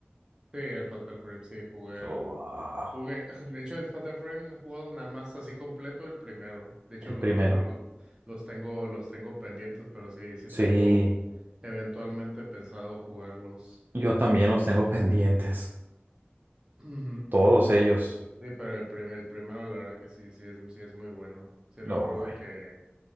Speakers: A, on the right; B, on the right.
A: Sí, el Fatal Frame, sí, jugué
B: Wow,
A: el... Jugué, de hecho, el Fatal Frame no he jugado nada más así completo el primero. De hecho,
B: el
A: los
B: primero.
A: otros los, los tengo, los tengo pendientes, pero sí, sí
B: Sí,
A: tengo eventualmente pensado jugarlos.
B: yo también los tengo <laughs> pendientes.
A: Ujú.
B: Todos ellos.
A: Sí, pero el primer, el primero, la verdad que sí, sí es, sí es muy bueno. Sí recuerdo
B: No.
A: que,